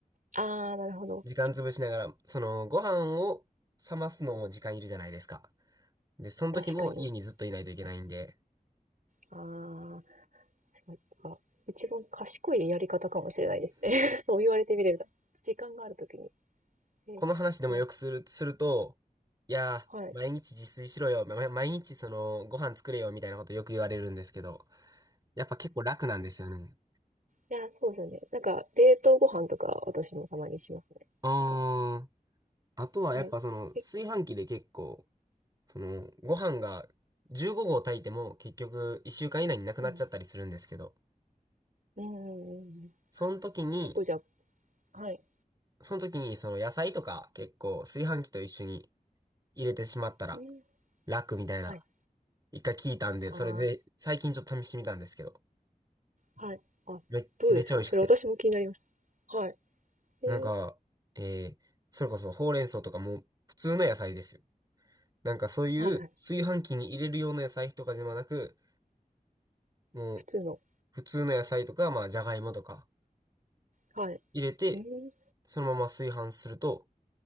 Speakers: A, on the right; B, on the right.
A: ああ、なるほど。
B: 時間潰しながら、その、ご飯を冷ますのも時間いるじゃないですか。で、その時も家にずっといないといけないんで、
A: 確かに。はい。ああ。すごい、まあ一番賢いやり方かもしれないですね。<laughs> そう言われてみれば。時間があるときに。えーうん、
B: この話でもよくする、すると、いやー、
A: はい。
B: 毎日自炊しろよ、ま毎日その、ご飯作れよみたいなことよく言われるんですけど、やっぱ結構楽なんですよね。
A: いや、そうですよね。なんか、冷凍ご飯とか私もたまにしますね。
B: あー
A: なんか、
B: あとはやっぱその、
A: はい。
B: 炊飯器で結構、
A: え、
B: その、ご飯が15合炊いても結局1週間以内になくなっちゃったりするんですけど、
A: うん。うんうんうんうん。
B: その時に、
A: 結構じゃあ、はい。
B: その時にその野菜とか結構炊飯器と一緒に入れてしまったら
A: うん。
B: 楽みたいな、
A: はい。
B: 一回聞いたんで、
A: あ
B: それで最近ちょっと試してみたんですけど、
A: あ、はい。あ、
B: め、
A: どうですかそれ私も気になります。
B: めっちゃ美味しくて。
A: はい。えー、
B: なんか、えー、それこそほうれん草とかも普通の野菜ですよ。なんかそういう炊飯器に入れるような野菜とかではなく、
A: はいはい。
B: もう
A: 普通の。
B: 普通の野菜とか、まあじゃがいもとか、
A: はい。
B: 入れて、
A: うん。
B: そのまま炊飯すると、